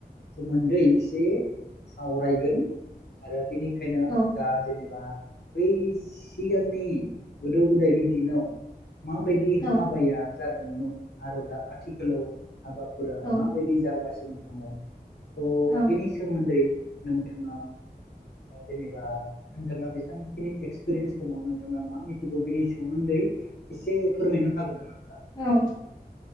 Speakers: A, on the left; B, on the left.
A: सोमोन्दै इसे सावरायगोन आरो बेनिखायनो
B: औ
A: दा जेनेबा बै सिगांनि गोदो गोदायनि दिनाव माबायदि
B: औ
A: हाबाया जादोंमोन आरो दा आथिखालाव हाबा फोरा
B: औ
A: माबायदि जागासिनो दङ स
B: औ
A: बेनि सोमोन्दै नोंथाङा ओ जेनेबा नोंथाङा बेसांखिनि एक्सपिरिेन्स दङ नोंथाङा मा मिथि गो बेनि सोमोन्दै एसे फोरमायनो हागोन नामा
B: औ